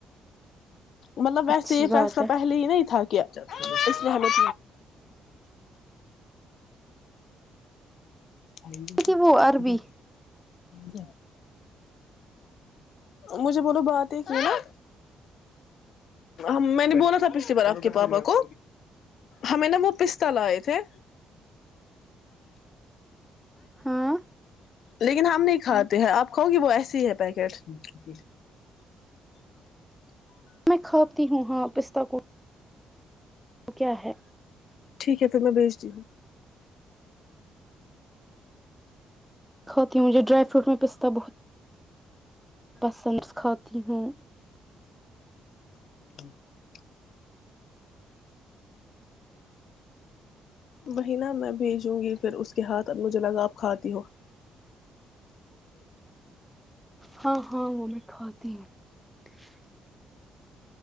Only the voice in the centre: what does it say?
اچھی
بات
ہے
کہ وہ عربی
ہاں
میں کھاپتی ہوں ہاں پستہ کو وہ کیا ہے
ہوتی مجھے ڈرائی فوٹ میں پستا بہت <unintelligible> پسندس کھاتی ہوں
ہاں ہاں وہ میں کھاتی ہوں <unintelligible>